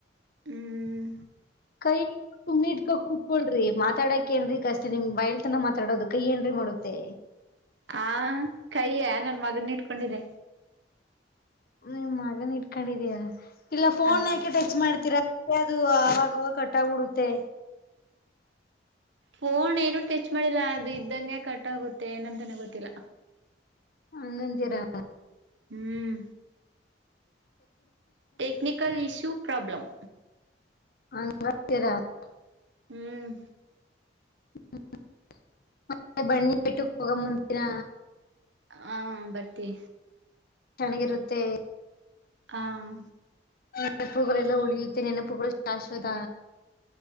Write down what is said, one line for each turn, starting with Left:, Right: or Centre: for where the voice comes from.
Right: ಹ್ಮ್
Left: ಕೈ ನೀಟ್ಕ ಕುತ್ಕೊಳ್ರಿ ಮಾತಾಡಕ್ ಏನ್ರರಿ ಕಷ್ಟ ನಿಮ್ ಬಾಯಲ್ ತನೇ ಮಾತಾಡೋದು ಕೈ ಏನ್ರೀ ಮಾಡುತ್ತೆ
Right: ಹಾ ಕೈಯ ನನ್ ಮಗ್ ಅದೃನ್ ಇಟ್ಕೊಂಡಿದೆ
Left: ಮ್ ಮಗನ್ ಇಟ್ಕನ್ಡಿದೀಯಾ? ಇಲ್ಲ ಫೋನ್
Right: ಆ
Left: ಯಾಕೆ ಟಚ್ ಮಾಡ್ತೀರಾ ಅದು ಅವಾಗವಾಗ್ ಕಟ್ಟಗ್ ಬಿಡುತ್ತೆ
Right: ಫೋನ್ ಏನು ಟಚ್ ಮಾಡಿಲ್ಲ ಅದು ಇದ್ದಂಗೆ ಕಟ್ ಆಗುತ್ತೆ ಏನಂತಾನೆ ಗೊತ್ತಿಲ್ಲ
Left: ಅಂಗಂತೀರಾ?
Right: ಹ್ಮ್ ಟೆಕ್ನಿಕಲ್ ಇಶ್ಯೂ ಪ್ರಾಬ್ಲಮ್
Left: ಅಂಗಂತೀರಾ <unintelligible>
Right: ಹ್ಮ್
Left: ಹ್ಮ ಮತ್ತೆ ಬನ್ನಿ ಬೆಟ್ಟಕ್ <inaudible> ಹೋಗಮ್ ಒಂದಿನ
Right: ಹಾ ಬರ್ತೀ
Left: ತಣ್ಗಿರುತ್ತೆ
Right: ಹಾಮ್
Left: ನೆನಪುಕೆಲ್ಲ ಉಳಿಯುತ್ತ ನೆನಪುಗಳು ಶಾಶ್ವತ